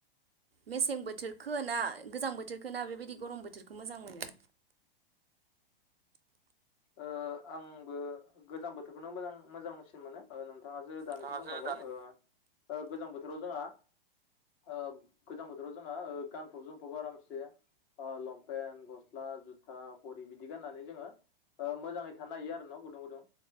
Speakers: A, on the right; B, on the left.
A: मेसें बोथोरखो ना गोजां बोथोरखो ना बेबायदि गरम बोथोरखौ मोजां मोनो?
B: <inaudible> ओ आंबो गोजां बोथोरखौनो मोजां-मोजांसिन मोनो ओ नों। थाङासो दानिसो
A: नोंथाङासो
B: बुंलांबाय
A: दानि
B: ओ गोजां बोथोराव जोंहा। ओ गोजां बोथोराव जोंहा ओ गानफब-जोमफब आरामसे। ओ लंपेन्ट, गस्ला, जुथा, घरि बिदि गाननानै जोङो। ओ मोजाङै थानो हायो आरो न'? गुदुं-गुदुं